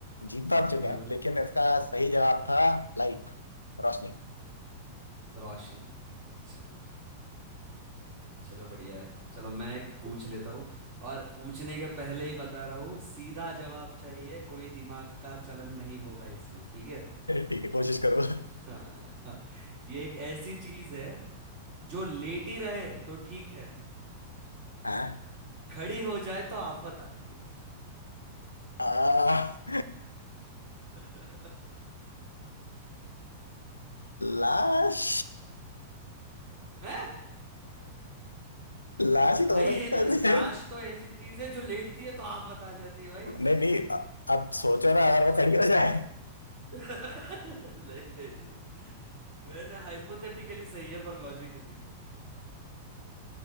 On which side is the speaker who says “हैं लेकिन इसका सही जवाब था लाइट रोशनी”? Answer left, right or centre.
Left